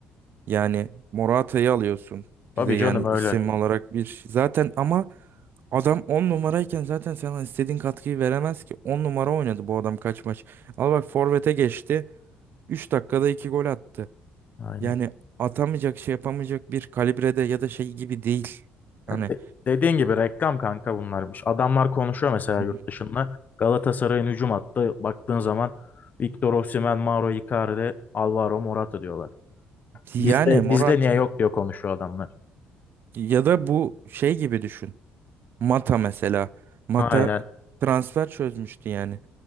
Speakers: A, on the right (about 55°); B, on the left (about 45°).
A: Yani Morata'yı alıyorsun.
B: Tabii
A: Bir de yani
B: canım öyle.
A: isim olarak bir şey. zaten ama adam 10 numarayken zaten sana istediğin katkıyı veremez ki. on numara oynadı bu adam kaç maç. Al bak forvete geçti. 3 dakikada 2 gol attı.
B: Aynen.
A: Yani atamayacak şey yapamayacak bir kalibrede ya da şey gibi değil. Hani
B: Ya de- dediğin gibi reklam kanka bunlarmış. Adamlar konuşuyor mesela
A: Hı
B: yurt
A: hı.
B: dışında. Galatasaray'ın hücum hattı baktığın zaman Victor Osimhen, Mauro Icardi, Alvaro Morata diyorlar.
A: yani
B: Bizde
A: Morata
B: bizde niye yok diyor konuşuyor adamlar.
A: ya da bu şey gibi düşün. Mata mesela. Mata
B: Aynen.
A: transfer çözmüştü yani.